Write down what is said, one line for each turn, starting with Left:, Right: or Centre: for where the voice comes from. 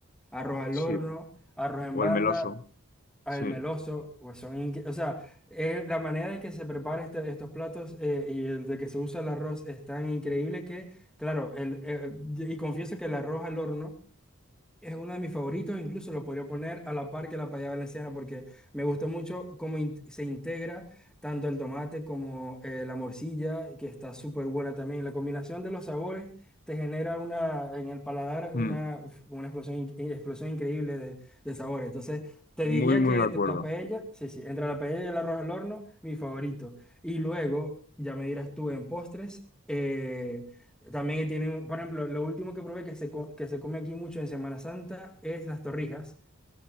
Centre: arroz al
Left: Sí.
Centre: horno, arroz en
Left: O
Centre: banda
Left: el meloso,
Centre: al
Left: sí.
Centre: meloso, pues son inque- o sea, eh, la manera en que se prepara este- estos platos eh, y el de que se usa el arroz es tan increíble que, claro, el, eh, y confieso que el arroz al horno es uno de mis favoritos, incluso lo podría poner a la par que la payada valenciana porque me gusta mucho cómo in- se integra tanto el tomate como eh, la morcilla, que está súper buena también. La combinación de los sabores te genera una, en el paladar
Left: Mm.
Centre: una, uf, una explosión, in- eh, explosión increíble de, de sabores. Entonces, te
Left: Muy,
Centre: diría
Left: muy
Centre: que
Left: de acuerdo.
Centre: entre la paella, sí, sí, entre la paella y el arroz al horno, mi favorito. Y luego, ya me dirás tú en postres. eh, también tienen, por ejemplo, lo último que probé que se, co- que se come aquí mucho en Semana Santa es las torrijas,